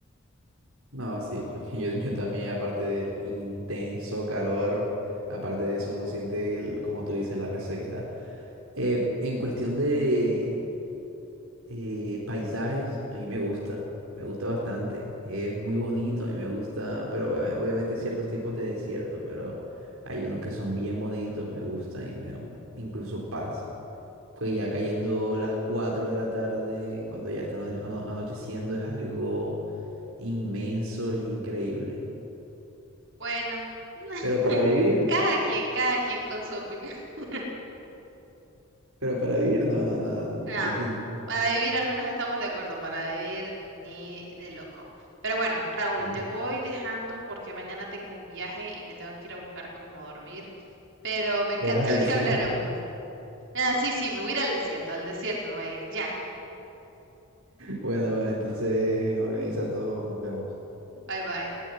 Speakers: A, on the right; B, on the right.
A: No, sí, porque yo, yo también, aparte del intenso calor, aparte de eso, uno siente, el, como tú dices, la resequedad. Eh, en cuestión de Eh, paisajes, a mí me gusta, me gusta bastante. Es muy bonito, a mí me gusta, pero obvia- obviamente ciertos tipos de desierto, pero hay unos que son bien bonitos, me gustan y me dan incluso paz. Pues ya cayendo las 4 de la tarde, cuando ya está ano- ano- anocheciendo, es algo inmenso e increíble.
B: Bueno, <laughs>
A: Pero para vivir,
B: cada quien, cada quien con su opinión. <laughs>
A: pero para vivir, no, no, no, no,
B: Nah,
A: ahí sí no.
B: para vivir al menos estamos de acuerdo, para vivir ni de loco. Pero bueno, Raúl,
A: Mm.
B: te voy dejando porque mañana tengo un viaje y me tengo que ir a buscar cómo dormir, pero me encantó
A: Te vas al
B: <laughs>
A: desierto.
B: que habláramos.
A: <laughs>
B: Ah, sí, sí, me voy a ir al desierto, al desierto me voy a ir, ya.
A: Bueno, bueno, entonces organiza todo, nos vemos.
B: Bye bye.